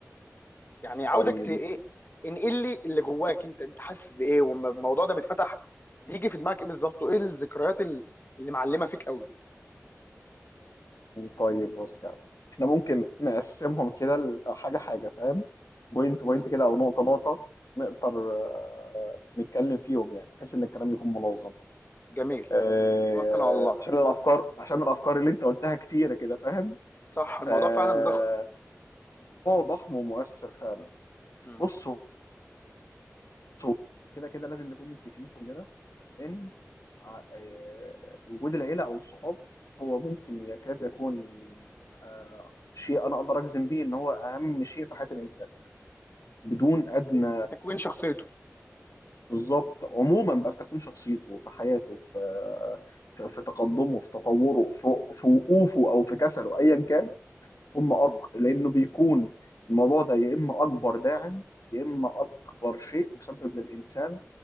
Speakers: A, on the left; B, on the left.
A: يعني عاوزك
B: طيب
A: ت إيه انقل لي اللي جواك أنت أنت حاسس بإيه وما الموضوع ده بيتفتح بيجي في دماغك إيه بالظبط وإيه الذكريات ال- اللي معلمة فيك قوي
B: طيب بص يعني احنا ممكن نقسمهم كده ل- حاجة حاجة فاهم بوينت بوينت
A: امم
B: كده أو نقطة نقطة نقدر آه، نتكلم فيهم يعني بحيث إن الكلام يكون منظم
A: جميل
B: آه،
A: توكل على الله
B: عشان الأفكار عشان الأفكار اللي أنت قلتها كتيرة كده فاهم
A: صح الموضوع
B: فالموضوع
A: فعلا ضخم
B: ضخم ومؤثر فعلا
A: مم.
B: بص شو- كده كده لازم نكون متفقين كلنا ان ع- آه، وجود العيله او الصحاب هو ممكن يكاد يكون آه، شيء انا اقدر اجزم بيه ان هو اهم شيء في حياه الانسان بدون ادنى
A: في في تكوين شخصيته
B: بالظبط عموما بقى في تكوين شخصيته في حياته في آه، في, في تقدمه في تطوره في, في وقوفه او في كسله ايا كان هم أك...
A: مم.
B: لأنه بيكون الموضوع ده يا إما أكبر داعم يا إما أكبر شيء مسبب للإنسان